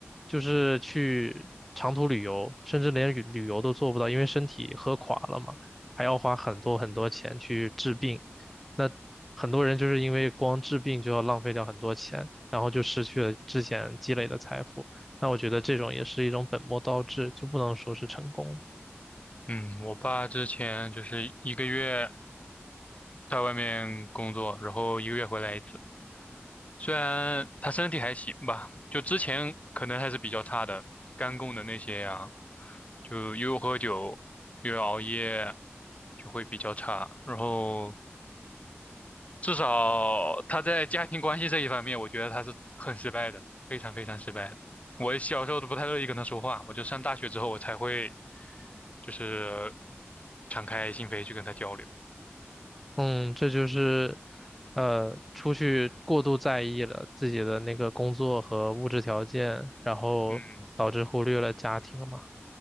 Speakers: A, in the centre; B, on the left.
A: 就是去长途旅游，甚至连旅旅游都做不到，因为身体喝垮了嘛，还要花很多很多钱去治病。那很多人就是因为光治病就要浪费掉很多钱，然后就失去了之前积累的财富。那我觉得这种也是一种本末倒置，就不能说是成功。
B: 嗯，我爸之前就是一个月在外面工作，然后一个月回来一次。虽然他身体还行吧，就之前可能还是比较差的，肝功能那些呀、就又喝酒又熬夜，就会比较差。然后至少他在家庭关系这一方面，我觉得他是很失败的，非常非常失败的。我小时候都不太乐意跟他说话，我就上大学之后我才会就是敞开心扉去跟他交流。
A: 嗯，这就是，呃，出去过度在意了自己的那个工作和物质条件，然后导致忽略了家庭嘛。
B: 嗯，